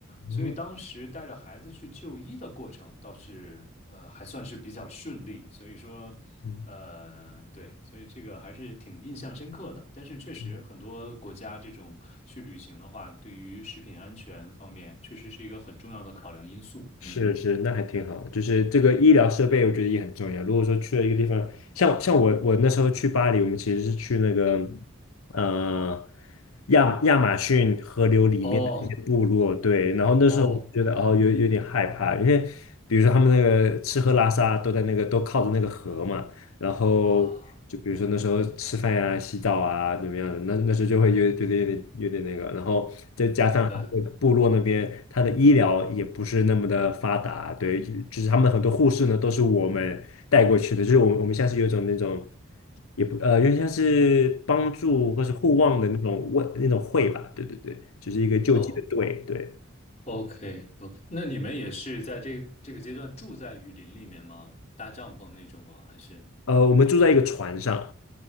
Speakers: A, on the left; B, on the left.
A: 所以当时带着孩子去就医的过程倒是呃还算是比较顺利，
B: 嗯
A: 所以说呃对，
B: 嗯。
A: 所以这个还是挺印象深刻的。但是确实很多国家这种去旅行的话，
B: 是
A: 对于食品安全方面确实是一个很重要的考量因素。
B: 是是，
A: 嗯，
B: 那还挺好。就是这个医疗设备，我觉得也很重要。如果说去了一个地方，像像我我那时候去巴黎，我们其实是去那个呃亚亚马逊河流里面的那些部落，
A: 哦，
B: 对。然后那时候我就觉得哦，
A: 哇哦
B: 有有点害怕，因为比如说他们那个吃喝拉撒都在那个都靠着那个河嘛，然后就比如说那时候吃饭呀、
A: 啊，
B: 洗澡啊怎么样的，那那时候就会有觉得有点有点那个，然后再加上他那个部落那边，
A: 明白。
B: 他的医疗也不是那么的发达，对，就是他们很多护士呢都是我们带过去的，就是我们我们像是有一种那种。也不呃，有点像是帮助或是互望的那种问那种会吧，对对对，就是一个救济的队，
A: 哦
B: 对，
A: ，OK OK，那你们也是在这这个阶段住在雨林里面吗？搭帐篷那种吗？还是？
B: 呃，我们住在一个船上，